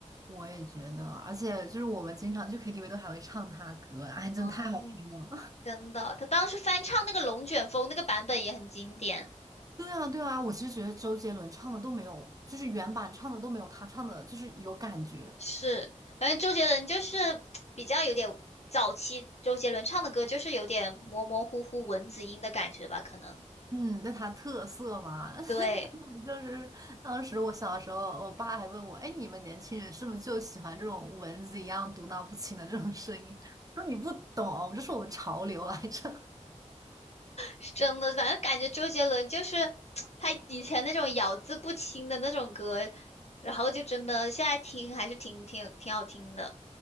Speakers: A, on the right (about 30°); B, on the left (about 60°).
A: 我也觉得，而且就是我们经常去 KTV 都还会唱他歌，哎，<laughs> 真的太好听了。
B: 嗯，真的，他当时翻唱那个《龙卷风》那个版本也很经典。
A: 对啊，对啊，我其实觉得周杰伦唱的都没有，就是原版唱的都没有他唱的，就是有感觉。
B: 是，反正周杰伦就是 <tsk> 比较有点早期周杰伦唱的歌，就是有点模模糊糊蚊子音的感觉吧，可能。
A: 嗯，那他特色嘛，<laughs>
B: 对。
A: 就是当时我小时候，我爸还问我，哎，你们年轻人是不是就喜欢这种蚊子一样嘟囔不清的这种声音？我说你不懂，这是我们潮流来着。
B: 是真的，反正感觉周杰伦就是 <tsk> 他以前那种咬字不清的那种歌，然后就真的现在听还是挺挺挺好听的。